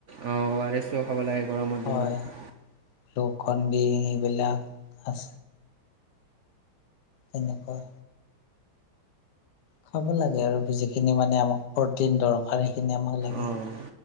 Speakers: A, on the right; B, on the left.
A: অ', ও আৰ এছ টো খাব লাগে গৰমৰ
B: হয়
A: দিনত।
B: <unintelligible> এইবিলাক আছ তেনেকুৱা খাব লাগে আৰু, যিখিনি মানে আমাক প্ৰটিন দৰকাৰ সেইখিনি আমাক লাগে।
A: অঁ